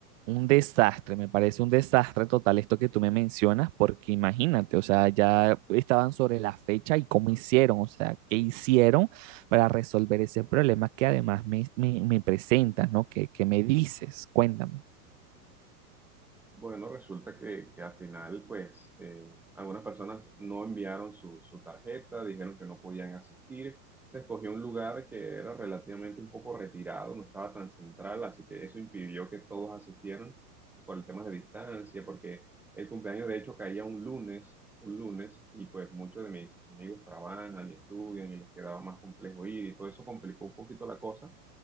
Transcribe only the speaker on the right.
un desastre, me parece un desastre total esto que tú me mencionas porque imagínate, o sea, ya estaban sobre la fecha y cómo hicieron, o sea, qué hicieron para resolver ese problema que además me, me, me presentas, ¿no? ¿Qué, qué me dices? Cuéntame.